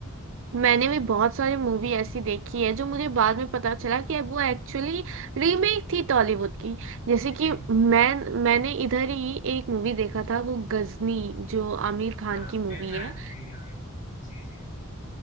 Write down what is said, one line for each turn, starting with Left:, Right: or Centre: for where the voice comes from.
Right: मैंने भी बहुत सारी मूवी ऐसी देखी है जो मुझे बाद में पता चला कि वो एक्चुअली रीमेक थी टॉलीवुड की जैसे
Left: जी
Right: कि मैं मैंने इधर ही एक मूवी देखा था वो गजनी जो आमिर खान
Left: हाँ, आमिर
Right: की मूवी
Left: खान
Right: है
Left: की आमिर खान जी जी जी